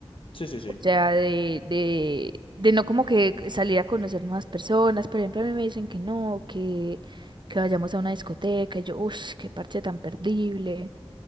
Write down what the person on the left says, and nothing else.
Sí, sí, sí.